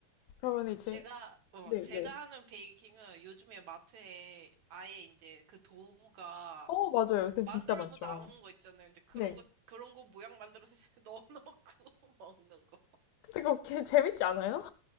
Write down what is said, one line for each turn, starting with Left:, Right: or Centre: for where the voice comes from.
Left: 그러면 이제
Right: 제가, 어,
Left: 네네.
Right: 제가 하는 베이킹은 요즘에 마트에 아예 이제 그 도우가
Left: 어, 맞아요. 요새
Right: 만들어서
Left: 진짜 많죠.
Right: 나오는 거 있잖아요. 이제 그런
Left: 네.
Right: 거, 그런 거 모양 만들어서 <laughs> 넣어놓고 <laughs> 먹는 거.
Left: 근데 그거 <laughs> 개- 재밌지 않아요?